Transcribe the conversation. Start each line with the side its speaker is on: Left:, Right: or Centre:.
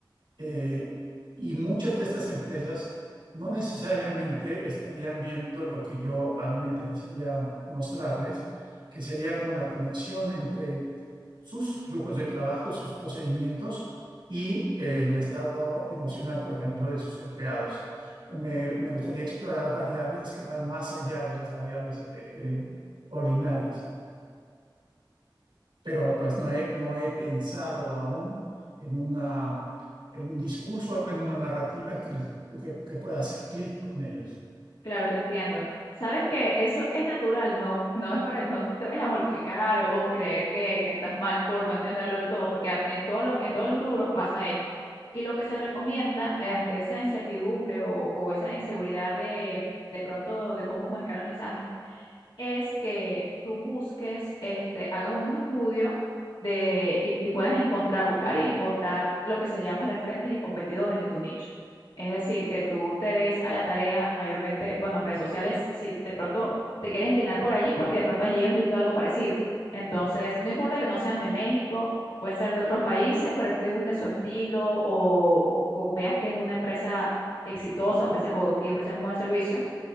Right: eh, y muchas de estas empresas no necesariamente estarían viendo lo que yo a mí me interesaría mostrarles, que sería como la conexión entre sus flujos de trabajo, sus procedimientos y el estado emocional, por ejemplo, de sus empleados. Me, me gustaría explorar variables que van más allá de las variables eh, eh, ordinarias pero pues no he, no he pensado aún en una, en un discurso, en una narrativa que, les, que, que pueda hacer clic con ellos.
Left: Claro, te entiendo. Sabes que eso es natural, no, no es para, no te vayas a mortificar o, o creer que, que estás mal por no entenderlo del todo, porque a- en todos los, en todos los rubros pasa esto. Y lo que se recomienda ante esa incertidumbre o, o esa inseguridad de, de pronto de cómo comunicar el mensaje, es que tú busques, este, hagas un estudio de, y, y puedas encontrar, buscar y encontrar lo que se llama referentes y competidores de tu nicho. Es decir, que tú te des a la tarea mayormente, bueno, redes sociales, si de pronto te quieres inclinar por allí, porque de pronto allí has visto algo parecido. Entonces, no importa que no sean de México, pueden ser de otros países, pero a ti te guste su estilo o, o- o veas que es una empresa exitosa ofrece, o- y ofrece un buen servicio